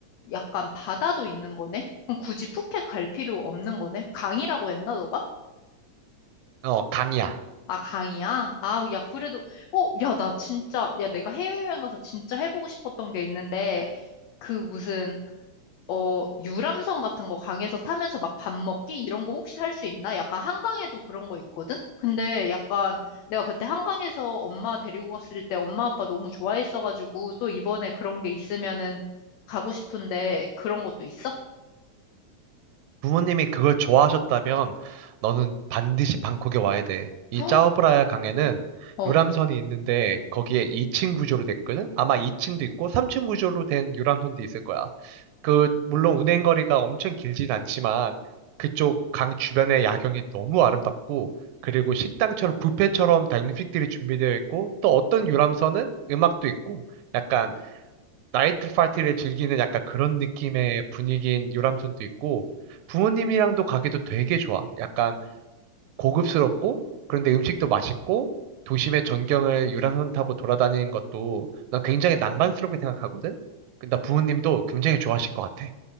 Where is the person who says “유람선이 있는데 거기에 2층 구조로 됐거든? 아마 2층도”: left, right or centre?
Right